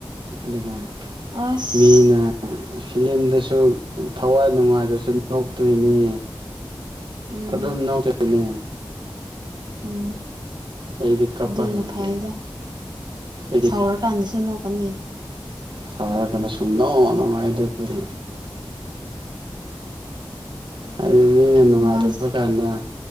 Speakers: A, on the right; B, on the right.
A: ꯑꯗꯨꯒ
B: ꯑꯁ
A: ꯃꯤꯅ ꯐꯤꯂꯝꯗꯁꯨ ꯊꯋꯥꯏ ꯅꯨꯡꯉꯥꯏꯗꯁꯨ ꯅꯣꯛꯇꯣꯏꯅꯤ꯫
B: ꯎꯝ
A: ꯑꯗꯨꯝ ꯅꯣꯛꯇꯣꯢꯅꯦ꯫
B: ꯎꯝ꯫
A: ꯑꯩꯗꯤ ꯀꯞꯄ
B: ꯗꯨꯅ
A: ꯍꯩꯇꯦ
B: ꯐꯩꯗ
A: ꯑꯩꯗꯤ
B: ꯁꯥꯎꯔꯀꯥꯟꯗꯁꯨ ꯅꯣꯛꯀꯅꯤ꯫
A: ꯁꯥꯎꯔ ꯀꯥꯟꯗ ꯁꯨꯅꯣꯛ ꯅꯣꯑꯣꯢ ꯑꯗꯨꯗꯤ꯫ ꯑꯩꯗꯤ ꯃꯤꯅ
B: ꯎꯝ
A: ꯅꯨꯉꯥꯢꯇꯕꯀꯥꯟꯗ
B: ꯅꯪ